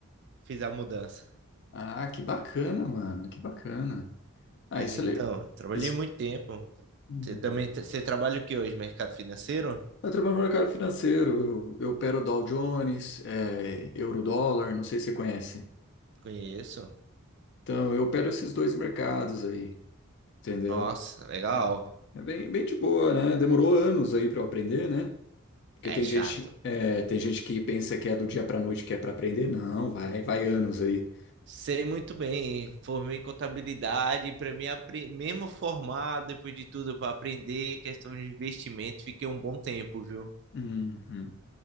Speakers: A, on the right; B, on the left.
A: fiz a mudança.
B: Ah, que bacana, mano, que bacana. Ah,
A: Mas
B: isso
A: então,
B: é le...
A: trabalhei
B: isso...
A: muito tempo,
B: Hum.
A: Você também tra- você trabalha o que hoje? Mercado financeiro?
B: Eu trabalho no mercado financeiro, eu, eu opero Dow Jones, é, Eurodólar, não sei se você conhece.
A: Conheço.
B: Então, eu opero esses dois mercados aí. Entendeu?
A: Nossa, legal.
B: É, é bem, bem de boa, né? Demorou anos aí para eu aprender, né? Porque tem
A: É chato.
B: gente, é, tem gente que pensa que é do dia para noite que é para aprender. Não, vai, vai anos aí.
A: Sei muito bem, formei em contabilidade, para mim, apre- mesmo formado, depois de tudo, para aprender questão de investimento, fiquei um bom tempo, viu?
B: Uhum,